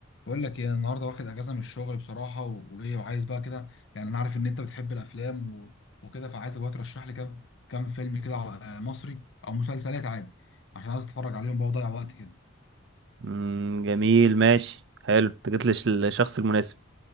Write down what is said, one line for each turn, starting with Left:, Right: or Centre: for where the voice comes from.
Left: بقول لك ايه انا النهارده واخد اجازه من الشغل بصراحه و- وايه وعايز بقى كده يعني انا عارف ان انت بتحب الافلام و... وكده فعايزك بقى ترشح لي كام كام فيلم كده آه، مصري او مسلسلات عادي عشان عايز اتفرج عليهم بقى وأضيع وقت كده
Right: مم، جميل ماشي حلو انت جيت لش- للشخص المناسب